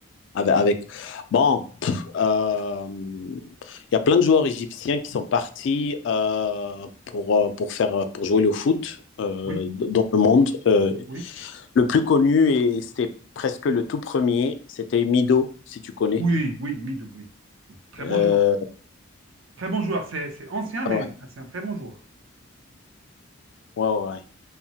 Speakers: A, on the left; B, on the right.
A: avec, bon, il euh, y a plein de joueurs égyptiens qui sont partis euh, pour, euh, pour, faire, pour jouer le foot euh,
B: Oui,
A: dans le monde. Euh,
B: oui.
A: le plus connu, et c'était presque le tout premier, c'était Mido, si tu connais.
B: Oui, oui, Midou, oui. Très
A: Euh,
B: bon joueur. Très bon joueur. C'est c'est ancien, mais
A: ah ouais.
B: c'est un très bon joueur.
A: Ouais, ouais. ouais.